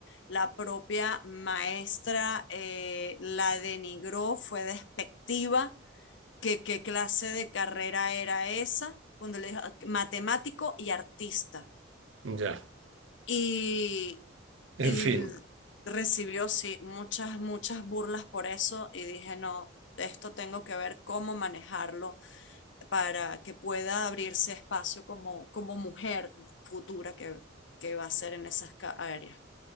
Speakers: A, on the left (about 65°); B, on the right (about 80°).
A: La propia maestra eh, la denigró, fue despectiva. ¿Qué, ¿Qué clase de carrera era esa? Cuando le dijo matemático y artista.
B: Ya.
A: Y y
B: En fin.
A: l- recibió, sí, muchas, muchas burlas por eso y dije, no, esto tengo que ver cómo manejarlo para que pueda abrirse espacio como, como mujer futura que, que va a ser en esas ca- áreas.